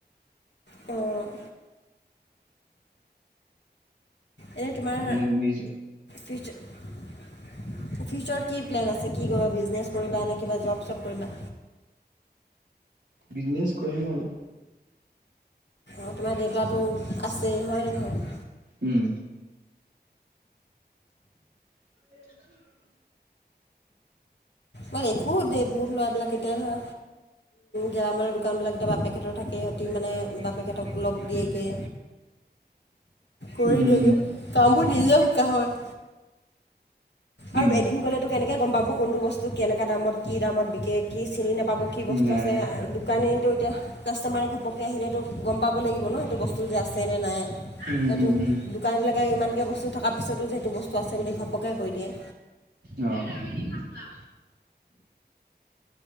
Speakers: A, on the left (about 85°); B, on the right (about 85°).
A: অঁ। এনেই তোমাৰ।
B: মানে নিজ
A: ফিউচাৰত কি প্লেন আছে কি কৰিবা বিজনেছ কৰিবা ন কিবা জব? চব কৰিবা।
B: বিজনেছ কৰিম আৰু,
A: অঁ তোমাৰ দেউতাটো আছেই হয় নহয়?
B: উম। <inaudible>
A: মই দেখো দে বুত লোৱাবেলাক কেতিয়াহা। গেৰামালৰ দোকানবিলাক এতিয়া বাপেকে হঁতৰ থাকে সিহঁতি মানে বাপেকতক লগ দিয়েগে। কৰি
B: উম
A: দিয়েগে
B: উম
A: কামবোৰ নিজে শিকা হয়।
B: উম
A: আৰু এদিন গ'লেতো কেনেকৈ গম পাব কোনটো বস্তু কেনেকুৱা দামত কি দামত বিকে কি চিনি নাপাব। কি বস্তু
B: নাই
A: আছে আৰু দোকানীতো এতিয়া কাষ্টমাৰে ঘ পকে আহিলেতো গম পাব লাগিব ন সেইটো বস্তু যে আছে নে নাই
B: উম
A: সেইটো।
B: উম উম
A: দোকানবিলাকে ইমানকৈ বস্তু থকাৰ পিছতো হেতু বস্তু আছে বুলি ঘপকে কৈ দিয়ে।
B: অঁ। স্বা।